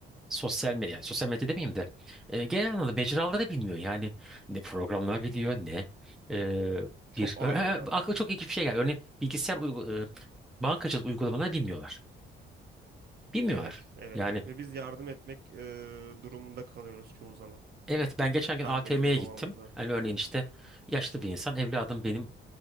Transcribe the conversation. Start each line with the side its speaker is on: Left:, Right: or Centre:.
Centre: sosyal medya, yani sosyal medya demeyeyim de e, genel anlamda mecraları bilmiyor. Yani ne programlar biliyor ne e,
Right: Çok
Centre: bir
Right: ayrılar.
Centre: ö- ha, aklıma çok ilginç bir şey geldi. Örneğin bilgisayar uygu- e, bankacılık uygulamaları bilmiyorlar. Bilmiyorlar.
Right: Evet, evet.
Centre: Yani
Right: Ve biz yardım etmek e, durumunda kalıyoruz çoğu zaman.
Centre: Evet ben geçen gün
Right: Annemize,
Centre: ATM'ye
Right: babamıza.
Centre: gittim. Hani örneğin işte yaşlı bir insan evladım benim